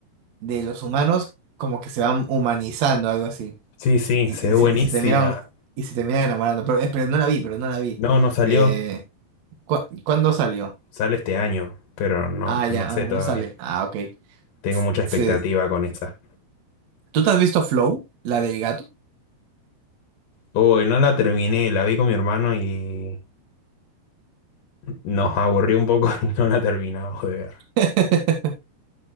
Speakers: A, on the right; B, on the left.
A: de los humanos como que se van humanizando, algo así.
B: sí, sí,
A: Y,
B: se ve
A: y
B: buenísima.
A: se, y se terminan, y se terminan enamorando. Pero, eh, pero no la vi, pero no la vi.
B: No, no salió,
A: Eh, ¿cu- ¿cuándo salió?
B: sale este año, pero no,
A: Ah, ya,
B: no sé
A: aún
B: todavía.
A: no sale. Ah, ok.
B: Tengo mucha expectativa
A: se-
B: con esa.
A: ¿Tú te has visto Flow, la del gato?
B: Hoy no la terminé, la vi con mi hermano y nos aburrió un poco <laughs> y no la terminamos de ver.
A: <laughs>